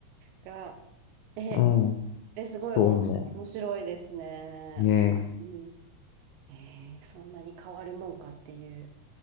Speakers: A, on the right (about 80°); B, on the left (about 85°).
A: が、え、
B: うん、
A: え、すごいおもし、
B: そう思
A: 面白いですね。
B: う。ねえ
A: うん。えーそんなに変わるもんかっていう。